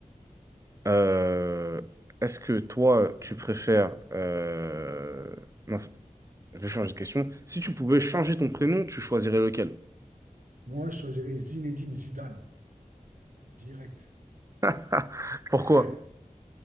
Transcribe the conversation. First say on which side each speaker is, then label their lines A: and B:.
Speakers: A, on the right (about 20°); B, on the right (about 75°).
A: Euh, est-ce que toi, tu préfères... euh, non, je vais changer de question. Si tu pouvais changer ton prénom, tu choisirais lequel?
B: Moi, je choisirais Zinedine Zidane, direct.
A: <laughs>
B: <laughs>
A: Pourquoi?